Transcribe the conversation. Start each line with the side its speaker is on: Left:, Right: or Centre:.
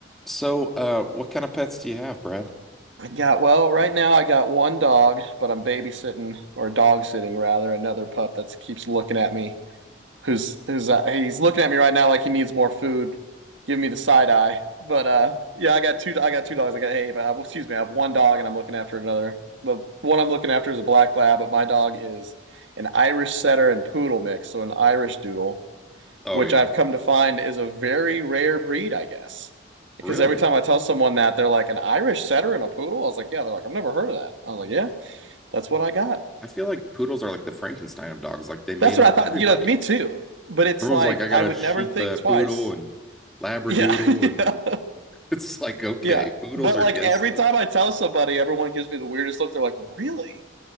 Centre: So, uh, what kind of pets do you have, Brad?
Right: I got, well, right now I got one dog, but I'm babysitting or dog sitting rather another pup that keeps looking at me. Who's who's uh, he's looking at me right now like he needs more food. Give me the side eye. But uh yeah, I got two I got two dogs. I got hey, but excuse me, I have one dog and I'm looking after another. The one I'm looking after is a black lab, but my dog is an Irish setter and poodle mix, so an Irish doodle
Centre: Oh
Right: which
Centre: yeah,
Right: I've come to find is a very rare breed, I guess. Because
Centre: really?
Right: every time I tell someone that, they're like, an Irish setter and a poodle? I was like, yeah. They're like, I've never heard of that. I was like, yeah, that's what I got.
Centre: I feel like poodles are like the Frankenstein of dogs. Like they made
Right: That's
Centre: them
Right: what I
Centre: with
Right: thought.
Centre: everybody.
Right: You know, me too. But it's
Centre: Everyone's
Right: like,
Centre: like, I got
Right: I
Centre: a
Right: would
Centre: sheep,
Right: never think
Centre: uh, poodle,
Right: twice.
Centre: and labradoodle,
Right: Yeah. <laughs> yeah.
Centre: and <laughs> it's like, okay,
Right: Yeah.
Centre: poodles
Right: But
Centre: are
Right: like
Centre: guess
Right: every
Centre: the.
Right: time I tell somebody, everyone gives me the weirdest look. They're like, really?